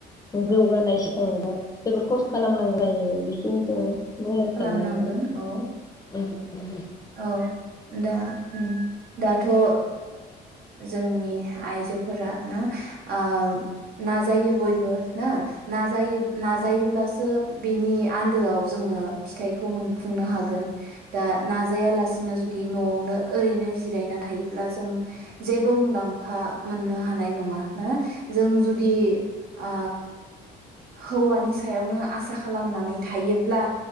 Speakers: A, on the right (about 60°); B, on the left (about 20°).
A: औ
B: जौगानायसिम थांनोबा जोबोर खस्थ' खालामनांगौ जायो बेखिनिखौ बुंनो
A: खालामनांगोन
B: सानो आङो।
A: औ औ दा दाथ' ओ जोंनि आइजोफोरा ना ओ नाजायो बयबो ना नाजायो नाजायोब्लासो बेनि आन्दोआव जोङो फिथाइखौ मोनफुंनो हागोन। दा नाजायालासे जुदि न'आवनो ओरैनो जिरायना थायो ब्ला जों जेबो मुलाम्फा फा मोननो हानाय नङा। ना जों जुदि ओ हौवानि सायावनो आसा खालामनानै थायोब्ला